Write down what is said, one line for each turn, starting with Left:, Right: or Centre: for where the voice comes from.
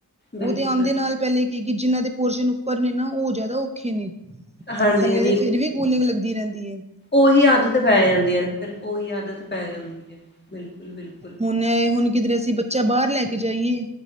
Right: ਉਹ
Left: ਬਿਲਕੁਲ,
Right: ਤੇ ਆਂਦੇ ਨਾਲ ਪਹਿਲੇ ਕੇ ਗੀ ਜਿੰਨਾਂ ਦੇ ਪੋਰਸ਼ਨ ਉੱਪਰ ਨੇ ਨਾ ਉਹ ਜ਼ਿਆਦਾ ਓ ਔਖੇ ਨੇ
Left: ਹਾਂਜੀ-ਹਾਂਜੀ।
Right: ਥੱਲੇ ਤਾਂ ਫਿਰ ਵੀ ਕੂਲਿੰਗ ਲੱਗਦੀ ਰਹਿੰਦੀ ਐ।
Left: ਉਹੀ ਆਦਤ ਪੈ ਜਾਂਦੀ ਐ ਨਾ ਫਿਰ ਓਹੀ ਆਦਤ ਪੈ ਜਾਂਦੀ ਐ। ਬਿਲਕੁਲ ਬਿਲਕੁਲ।
Right: ਹੁਣੇ ਹੁਣ ਕਿਧਰੇ ਅਸੀਂ ਬੱਚਾ ਬਾਹਰ ਲੈ ਕੇ ਜਾਈਏ